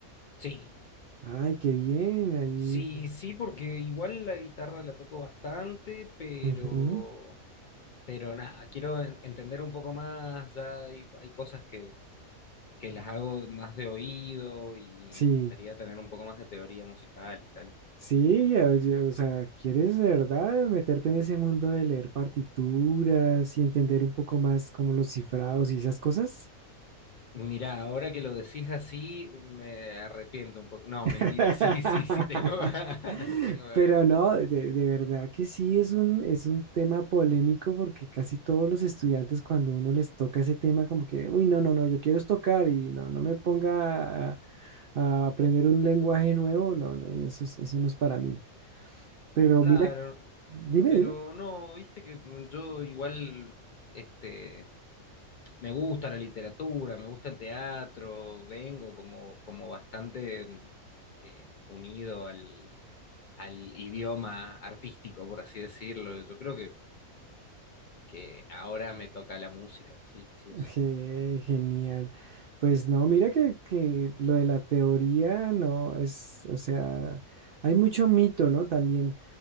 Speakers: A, on the left; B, on the right.
A: Sí,
B: Ay, qué bien, ahí.
A: sí, sí, porque igual la guitarra la toco bastante, pero,
B: Ujú.
A: pero nada, quiero en- entender un poco más, ya hay, hay cosas que, que las hago más de oído y
B: Sí,
A: me gustaría tener un poco más de teoría musical y tal.
B: sí, ya- ya, o sea, ¿quieres de verdad meterte en ese mundo de leer partituras y entender un poco más como los cifrados y esas cosas?
A: Mirá, ahora que lo decís así, me arrepiento un poco. No,
B: <laughs>
A: mentira, <laughs> sí, sí, sí, tengo <laughs> ganas, tengo ganas.
B: Pero no, de, de verdad que sí es un, es un tema polémico porque casi todos los estudiantes cuando uno les toca ese tema como que, uy, no, no, no, yo quiero es tocar y no, no me ponga a, a aprender un lenguaje nuevo, no, no, no, eso, es- eso no es para mí. Pero
A: Claro,
B: mira, dime,
A: pero
B: dime.
A: no, viste que mm, yo igual, este, me gusta la literatura, me gusta el teatro, vengo como, como bastante mm, eh, unido al, al idioma artístico, por así decirlo. Yo creo que, que ahora me toca la música, sí, sí
B: Je-
A: o sí.
B: genial. Pues no, mira que, que lo de la teoría no es, o sea, hay mucho mito, ¿no? También.